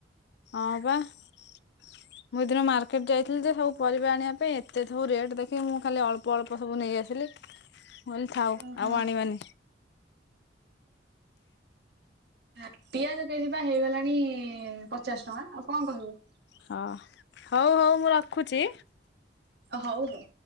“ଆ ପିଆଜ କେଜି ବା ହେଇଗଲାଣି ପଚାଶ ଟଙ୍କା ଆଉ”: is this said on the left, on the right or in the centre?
Right